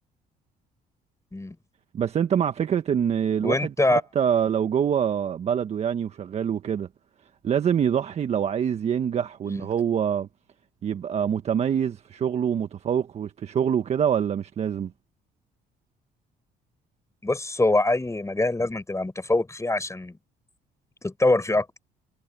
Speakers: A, on the left; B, on the right.
A: مم.
B: بس انت مع فكرة ان الواحد
A: وانت
B: حتى لو جوه بلده يعني وشغال وكده لازم يضحي لو عايز ينجح وان
A: مم.
B: هو يبقى متميز في شغله ومتفوق في شغله وكده ولا مش لازم
A: بص هو اي مجال لازم تبقى متفوق فيه عشان تتطور فيه اكتر